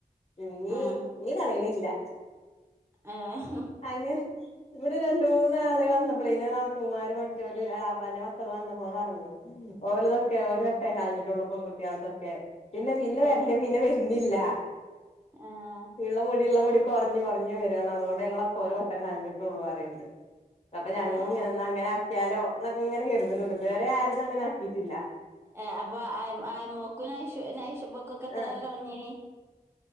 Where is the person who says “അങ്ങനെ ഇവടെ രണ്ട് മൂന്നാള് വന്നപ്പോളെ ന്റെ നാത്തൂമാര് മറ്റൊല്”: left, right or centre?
Left